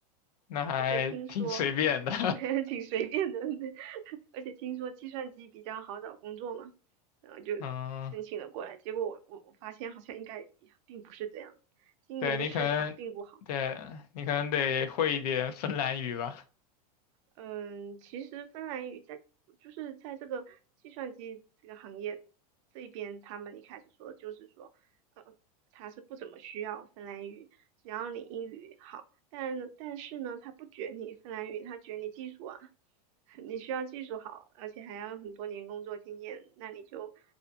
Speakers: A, on the left; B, on the right.
A: 那还挺随便的，
B: 而且听说 <laughs> 挺随便的，<laughs> 而且听说计算机比较好找工作嘛，然后就申请了过来。
A: <laughs> 嗯，
B: 结果我我我发现好像应该并不是这样，今年的市场并不好。
A: 对你可能，对你可能得会一点芬兰语吧，
B: 嗯，其实芬兰语在就是在这个计算机这个行业这边，他们一开始说就是说，呃，他是不怎么需要芬兰语，只要你英语好，但但是呢，他不卷你芬兰语，他卷你技术啊，<laughs> 你需要技术好，而且还要很多年工作经验，那你就